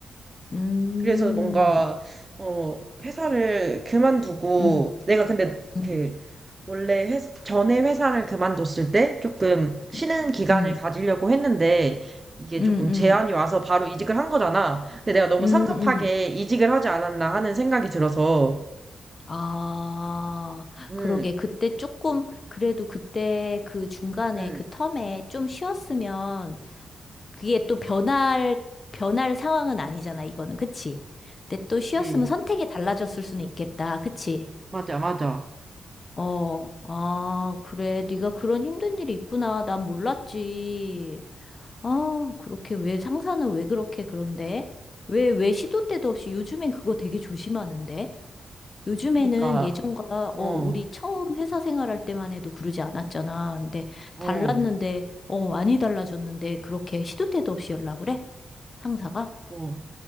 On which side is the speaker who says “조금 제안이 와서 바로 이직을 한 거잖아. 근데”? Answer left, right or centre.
Right